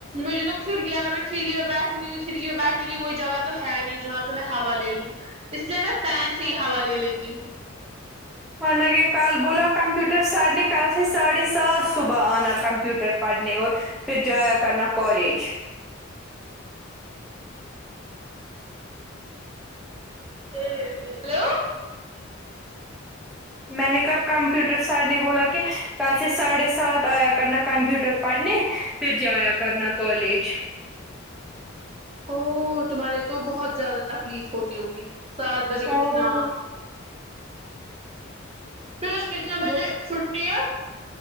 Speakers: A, on the right; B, in the centre.
A: مجھے تو کھڑکیا اگر میں کھڑکی میں بیٹھوں گی میں کھڑی میں بیٹھنے کی کوئی جگہ تو ہے نہیں جہاں میں ہاوا لے لوں اس لیے میں فین سے ہی ہاوا لے لیتی ہوں
B: ہونے کہ کل بولا کمپیوٹر سرنے کل سے ساڑھے سات صبح آنا کمپیوٹر پڑھنے اور پھر جایا کرنا کالج
A: ہیلو
B: میں نے کہا کمپیوٹر سر نے بولا کہ کل سے ساڑھے سات آیا کرنا کمپیوٹر پڑھنے پھر جایا کرنا کالج
A: او تمہارے تو بہت زیادہ تکلیف ہوتی ہوگی سات بجے
B: ہاں
A: اٹھنا پھر کتنے بجے
B: دو
A: چھٹی ہے